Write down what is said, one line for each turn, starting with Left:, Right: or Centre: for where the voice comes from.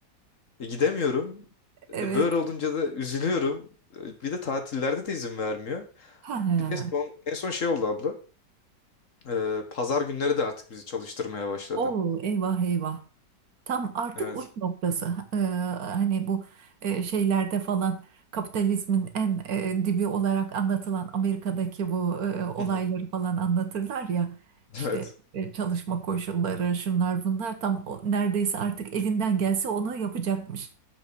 Left: E, gidemiyorum. E,
Right: Evet.
Left: böyle olunca da üzülüyorum. E, bir de tatillerde de izin vermiyor.
Right: Ha. ha.
Left: Bir de son, en son şey oldu abla. E, pazar günleri de artık bizi çalıştırmaya başladı.
Right: Oo, eyvah eyvah. Tam artık
Left: Evet.
Right: uç noktası. Ee, hani bu e, şeylerde falan kapitalizmin en e, dibi olarak anlatılan Amerika'daki bu e, olayları
Left: Hı hı. <laughs>
Right: falan anlatırlar ya.
Left: Evet.
Right: İşte e, çalışma koşulları, şunlar bunlar tam o- neredeyse artık elinden gelse onu yapacakmış.